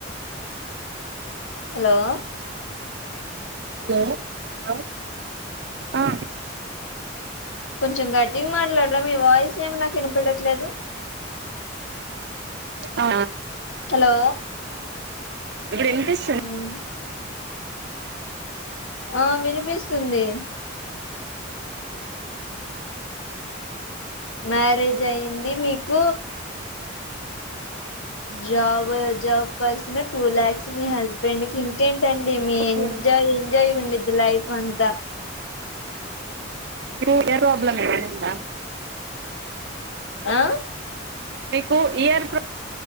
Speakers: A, on the left; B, on the right.
A: హలో
B: హలో హలో ఆ
A: కొంచెం గట్టింగ్ మాట్లాడరా మీ వాయిస్ ఏమి నాకు వినపడట్లేదు
B: ఆ
A: హలో
B: విని <inaudible> పిస్తు
A: ఉమ్, ఆ వినిపిస్తుంది మ్యారేజ్ అయిది మీకు జాబ్ జాబ్ బ పస్ టూ లక్స్ మీ హస్బ పెడుకి ఇంకేంటండి మీ
B: ఇప్పుడు
A: ఎంజాయ్ ఎంజాయ్ ఉండద్ది లైఫ్ అంతా
B: ఏ ప్రాబ్లమ్ ఇంద
A: ఆ
B: మీకు ఇయర్ ప్ర